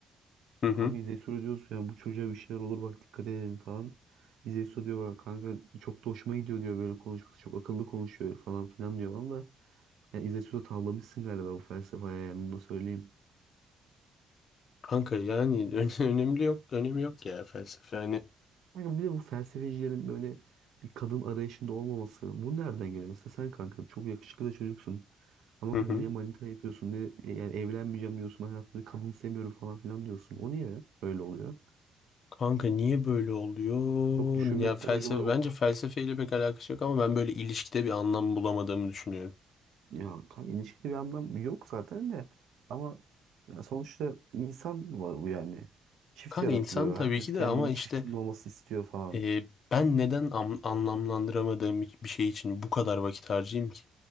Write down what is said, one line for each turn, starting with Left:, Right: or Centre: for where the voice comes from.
Left: Hı hı.
Right: Kanka İzey Su diyorsun yani bu çocuğa bir şeyler olur bak dikkat edelim falan. İzey Su diyor bak kanka çok da hoşuma gidiyor diyor böyle konuşması çok akıllı konuşuyor falan filan diyor ama. Yani İzey Su da tavlamışsın galiba bu felsefeye yani bunu da söyleyeyim.
Left: Kanka yani <laughs> ö- önemli yok, önemi yok ya felsefe yani.
Right: Kanka bir de bu felsefecilerin böyle bir kadın arayışında olmaması. Bu nereden geliyor? Mesela sen kanka çok yakışıklı da çocuksun. Ama
Left: Hı
Right: kanka
Left: hı.
Right: niye manita yapıyorsun? Ne, yani evlenmeyeceğim diyorsun. Ben Hayatımda bir kadın sevmiyorum falan filan diyorsun. O niye öyle oluyor?
Left: Kanka niye böyle oluyor?
Right: Çok düşünmekten
Left: Ya felsefe
Right: acaba o...
Left: bence
Right: ka-
Left: felsefeyle pek alakası yok ama ben böyle ilişkide bir anlam bulamadığımı düşünüyorum.
Right: Ya kanka ilişkide bir anlam yok zaten de. Ama ya sonuçta insan var bu yani. Çift
Left: Kanka
Right: yaratılıyor.
Left: insan tabii
Right: Herkes
Left: ki
Right: kendini
Left: de ama işte
Right: çiftinin olması istiyor falan.
Left: e, ben neden am- anlamlandıramadığım bir bir şey için bu kadar vakit harcayayım ki?